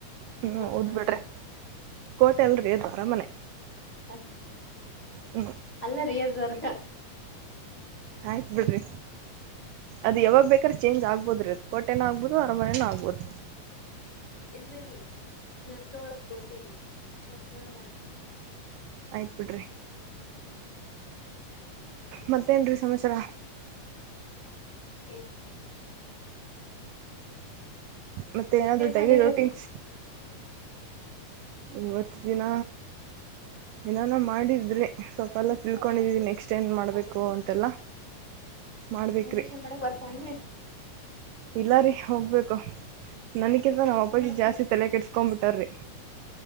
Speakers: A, on the right; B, in the centre.
A: ಹ್ಮ್
B: ಕೋಟೆ
A: ಹೌದ್
B: ಒಳಗಿರೋದು
A: ಬಿಡ್ರಿ ಕೋಟೆ ಅಲ್ರಿ ಅದು ಅರಮನೆ
B: ಹ
A: ಹ್ಮ್
B: ಅಲ್ಲ ರೀ ಅದು ದರ್ಕ
A: ಆಯ್ತ್ ಬಿಡ್ರಿ ಅದು ಯಾವಾಗ ಬೇಕಾದ್ರೆ ಚೇಂಜ್ ಆಗ್ಬೋದು ರೀ ಅದು ಕೋಟೆನೂ ಆಗ್ಬೋದು ಅರಮನೆನೂ ಆಗ್ಬೋದು
B: ಇಲ್ಲರಿ ನರ್ಕವಳ ಕೋಟ್ಟರಿ ಸ್ವರ್ಗವಳ ಕರ ಮಣರಿ
A: ಆಯ್ತು ಬಿಿಡ್ರಿ ಮತ್ತೇನ್ ೀ ಸಮಮ್ಮಾಚರ
B: ಇ
A: ಮತ್ತೆ ಏನಾದ್ರು ಡೈಲಿ
B: ಮಾಡಿರಿ
A: ರೋಟೀನ್ಸ್
B: ಅದು
A: ಇವತ್ತು ದಿನ ಏನಾನ ಮಾಡಿದ್ರಿ ಸ್ವಲ್ಪ ಎಲ್ಲ ತಿಳ್ಕೊಂಡಿದೀವಿ ನೆಕ್ಸ್ಟ್ ಏನ್ ಮಾಡ್ಬೇಕು ಅಂತೆಲ್ಲಾ ಮಾಡ್ಬೇಕ್ರಿ
B: ಇಂಜೆಕ್ಷನ್ ಮಾಡಕ್ ಬರ್ತೇನ್ರೀ
A: ಇಲ್ಲ ರೀ ಹೋಗ್ಬೇಕು ನನ್ಕಿಂತ
B: ಇಂಜೆಕ್ಷನ್
A: ನಾ್ ಅಪೋಜಿಟ್
B: ಮಾಡಕ್
A: ಜಾಸ್ತಿ
B: ಬರಲ್ಲ
A: ತಲೆ
B: ರೀ
A: ಕೆಟ್ಿಸಸ್ಕೊ್ ಬಿಟಾರ್ರೀ